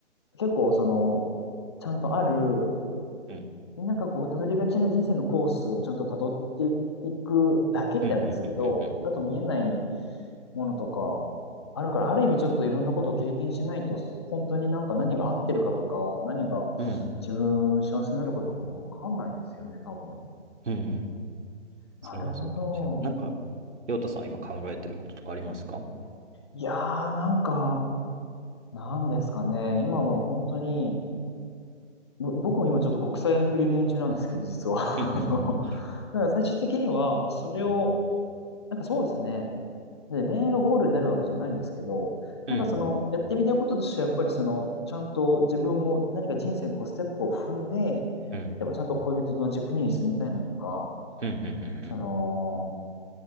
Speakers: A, on the left; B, on the right.
A: 結構、その、ちゃんとある、
B: うん。
A: なんかこう、たどりがちな人生のコースをちゃんとたどっていくだけってあれですけど、
B: うん。うん。
A: だと見えないものとか、あるから、ある意味ちょっといろんなことを経験しないと、本当になんか何が合ってるかとか、何が
B: うん。
A: 自分幸せになるかとかもわかんないですよね、多分。
B: うん
A: なるほど。
B: それはそうかもしれない。なんか、陽太さん今考えてることとかありますか
A: いやー、なんか、なんですかね。今もう本当に、ぼ僕も今ちょっと国際遠距離恋中なんですけど、実は。<laughs>
B: うん。
A: あの、だから最終的には、それを、
B: うん。
A: なんかそうですね。で、恋愛がゴールになるわけじゃないんですけど、なんかその、
B: うん。うん。
A: やってみたこととしては、やっぱりその、ちゃんと自分も何か人生のこうステップを踏んで、
B: うん。
A: でもちゃんと恋人と同じ国に住みたいなとか、
B: うん。
A: その、